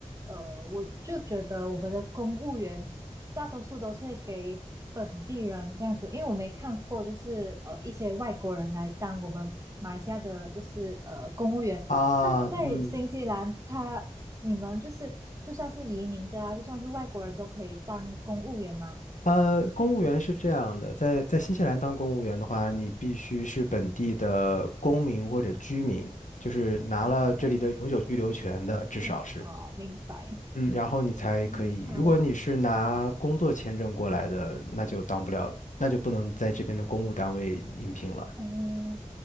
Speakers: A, on the right (about 25°); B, on the left (about 75°).
A: 呃，我就觉得我们的公务员大多数都是会给本地人这样子，因为我没看过，就是呃一些外国人来当我们马来西亚的，就是呃公务员。
B: 啊。
A: 那在新西兰，
B: 嗯，
A: 他你们就是就算是移民的啊，就算是外国人都可以当公务员吗？
B: 呃，公务员是这样的，在在新西兰当公务员的话，你必须是本地的公民或者居民，就是拿了这里的永久居留权的，
A: 哦，
B: 至少是。
A: 那哦，明白
B: 嗯，然后你才可以。
A: ，PR，
B: 如果你是拿工作签证过来的，那就当不了，那就不能在这边的公务单位应聘了。
A: 哦，